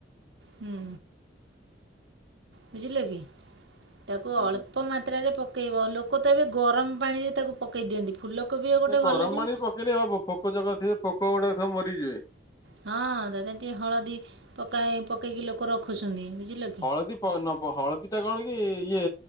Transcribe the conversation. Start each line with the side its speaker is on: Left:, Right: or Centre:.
Right: ହୁଁ। ବୁଝିଲେ କି। ତାକୁ
Left: ଆଜ୍ଞା
Right: ଅଳ୍ପ ମାତ୍ରାରେ ପକେଇବ। ଲୋକ ତ ଏବେ ଗରମ ପାଣିରେ ତାକୁ ପକେଇ ଦିଅନ୍ତି। ଫୁଲକୋବି ଗୋଟେ
Left: ନା ଗରମ
Right: ଭଲ ଜିନିଷ
Left: ପାଣି ବି ପକେଇଲେ ହବ। ପୋକ ଜୋକ ଥିବେ ପୋକ ଗୁଡାକ ସବୁ ମରିଯିବେ।
Right: ହଁ ତା ଦିହରେ ଟିକେ ହଳଦୀ ପକା ହେଇ ପକେଇକି ଲୋକ ରଖୁସନ୍ତି ବୁଝିଲ କି।
Left: ହଳଦୀ ନବ ହଳଦୀ ଟା କଣ କି ଇଏ